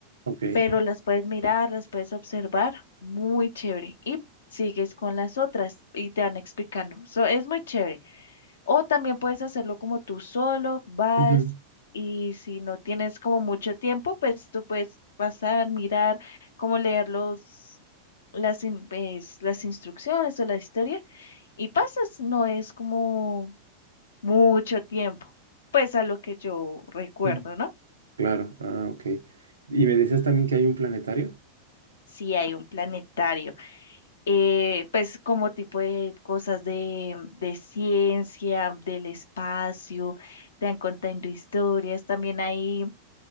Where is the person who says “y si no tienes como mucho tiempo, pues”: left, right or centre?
Left